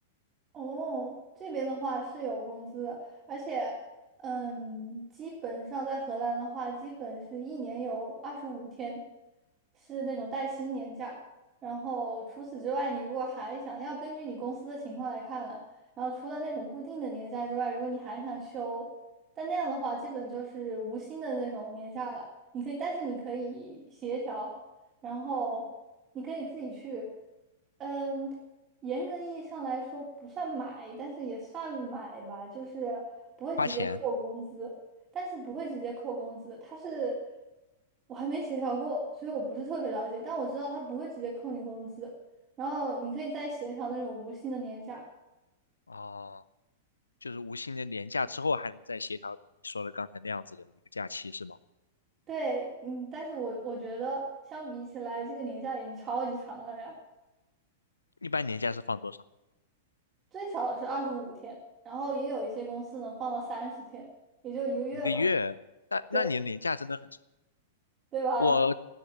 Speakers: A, on the right (about 25°); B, on the left (about 85°).
A: 哦，这边的话是有工资的，而且，嗯，基本上在荷兰的话，基本是一年有二十五天是那种带薪年假，然后除此之外，你如果还想要根据你公司的情况来看了，然后除了那种固定的年假之外，如果你还想休，但那样的话，基本就是无薪的那种年假了。你可以，但是你可以协调，然后你可以自己去。嗯，严格意义上来说不算买，但是也算买吧，就是不会直接扣工资，
B: 花钱。
A: 但是不会直接扣工资，它是我还没协调过，所以我不是特别了解，但我知道他不会直接扣你工资，然后你可以再协调那种无薪的年假。
B: 哦。就是无薪的年假之后还能再协调你说的刚才那样子的一个假期是吗？
A: 对，嗯，但是我我觉得相比起来，这个年假已经超级长了呀，
B: 一般年假是放多少？
A: 最少是二十五天，然后也有一些公司能放到三十天，也就一个月嘛，
B: 一个月？那那你的年假真的很长。
A: 对对吧？
B: 我